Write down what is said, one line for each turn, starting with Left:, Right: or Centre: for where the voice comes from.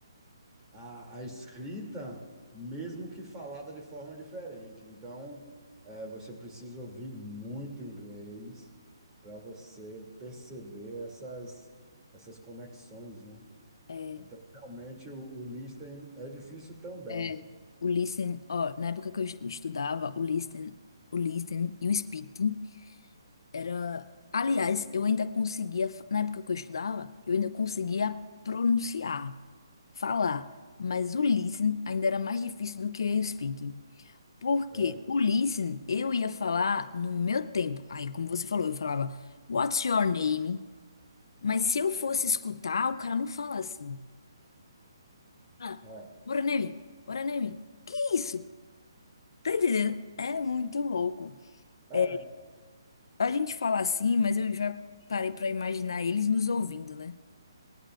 Right: a, a escrita, mesmo que falada de forma diferente. Então, eh, você precisa ouvir muito inglês para você perceber essas, essas conexões, né?
Left: é,
Right: Então, realmente, o, o listening é difícil também.
Left: é. O listen, ó, na época que eu es- estudava, o listen, o listen e o speaking. Era, aliás, eu ainda conseguia, fa- na época que eu estudava, eu ainda conseguia pronunciar, falar, mas o listening ainda era mais difícil do que o speaking. Porque
Right: É,
Left: o listening eu ia falar no meu tempo. Aí, como você falou, eu falava What's your name? Mas se eu fosse escutar, o cara não fala assim. Ah,
Right: é,
Left: what a name? What a name? Que isso? Tá entendendo? É muito louco.
Right: é.
Left: É,
Right: é.
Left: A gente fala assim, mas eu já parei pra imaginar eles nos ouvindo, né?